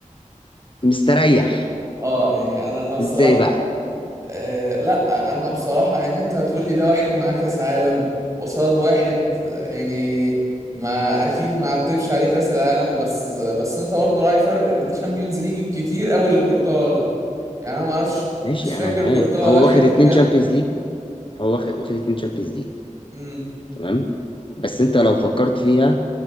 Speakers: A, on the left; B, on the right.
A: مستريح
B: اه يعني انا انا بصراحه
A: ازاي بقى
B: آه لا انا بصراحه ان انت هتقول لي ده واحد معاه كاس عالم قصاد واحد آه، يعني ما اكيد ما عتبش عليه كاس العالم بس بس انت برضه راعي فرق الشامبيونز ليج الكتير قوي اللي كورتوا واخده يعني انا ما اعرفش
A: ماشي
B: مش فاكر
A: انا معاك
B: كورتوا
A: هو
B: واخد
A: واخد اتنين
B: كام
A: تشامبيونز ليج هو واخد واخد اتنين تشامبيونز ليج
B: مم.
A: تمام بس انت لو فكرت فيها